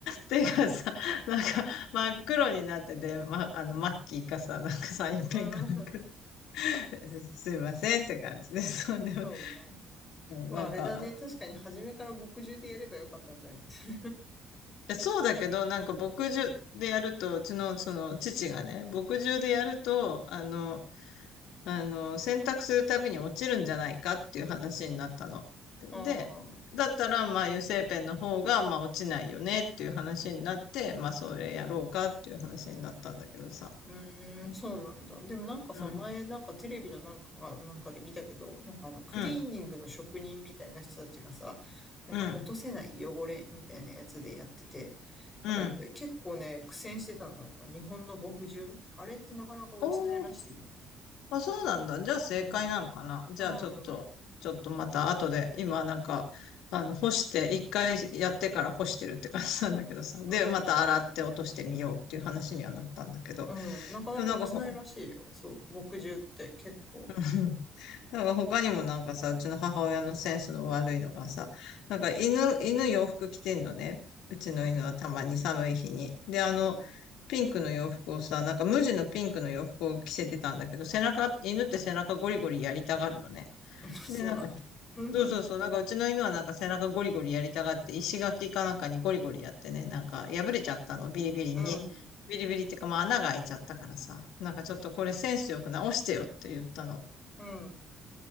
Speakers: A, on the left; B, on the left.
A: 手がさ、なんか真っ黒になってて、ま、あの、マッキーかさ、なんかサインペンかなんか、
B: まあ、
A: <laughs> すいませんって感じで、そうでも、
B: そうね。
A: なんか、
B: まああれだね。確かに初めから墨汁でやればよかったんじゃないです
A: でそうだけど、なんか牧場でやると、うちのその父がね、牧場でやると、あの、あの、洗濯するたびに落ちるんじゃないかっていう話になったの。
B: かああ。
A: で、だったら、まあ、油性ペンの方が、まあ、落ちないよねっていう話になって、まあ、それやろうかっていう話になったんだけどさ。
B: うーん、そうなんだ。でもなんかさ、
A: うん、
B: 前なんかテレビのなんかが、なんかで見たけど、なんかあのクリーニングの職人みたいな人たちがさ、
A: うん、
B: なんか落とせない汚れみたいなやつでやってて、
A: うん、うん。
B: なんかやっぱり結構ね、苦戦してたのが、やっぱ日本の墨汁。あれってなかなか落ちないらしいね。
A: おーあ、そうなんだ。じゃあ正解なのかな。
B: うん。
A: じゃあちょっと、
B: うん。
A: ちょっとまた後で、今なんか、あの、干して、一回やってから干してるって感じなんだけどさ。
B: うん。
A: で、また洗って落としてみようっていう話にはなったんだけど。
B: うん。なかなか落ちないらしいよ。
A: でもなんかほ、
B: そう。墨汁って結構。
A: <laughs> なんか他にもなんかさ、うちの母親のセンスの悪いのがさ、なんか犬、犬洋服着てんのね。うちの犬はたまに寒い日に。
B: うん。
A: で、あの、
B: うん。
A: ピンクの洋服をさ、なんか無地のピンクの洋服を着せてたんだけど、背中、犬って背中ゴリゴリやりたがるのね。
B: <laughs>
A: で、
B: そうなんだ。
A: なんか、
B: <laughs> う
A: そうそうそう、なんかうちの犬はなんか背中ゴリゴリやりたがって、石垣かなんかにゴリゴリやってね、なんか破れちゃったの、ビリビリに。
B: ん。
A: ビリビリってか、まあ穴が開いちゃったからさ、なんかちょっとこれセンスよく直してよって言ったの。
B: うん。